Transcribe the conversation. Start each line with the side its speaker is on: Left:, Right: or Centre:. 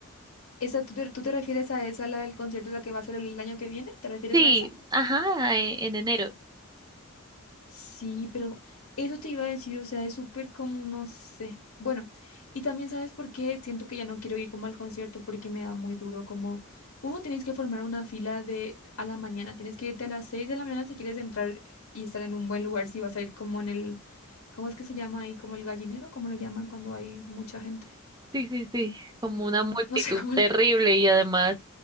Left: ¿Esa, tú, te, tú te refieres a esa, la del concierto, la que va a ser el año que viene? ¿Te refieres
Right: Sí,
Left: a esa?
Right: ajá, e- en enero.
Left: Sí, pero eso te iba a decir, o sea, es súper como, no sé. Bueno, y también sabes por qué siento que ya no quiero ir como al concierto porque me da muy duro, como uno tienes que formar una fila de a la mañana, tienes que irte a las 6 de la mañana si quieres entrar y estar en un buen lugar, si vas a ir como en el, ¿cómo es que se llama ahí? Como el gallinero, ¿cómo le llaman cuando hay mucha gente?
Right: Sí, sí, sí, como
Left: Mm,
Right: una multitud
Left: No sé cómo.
Right: terrible
Left: le- <laughs>
Right: y además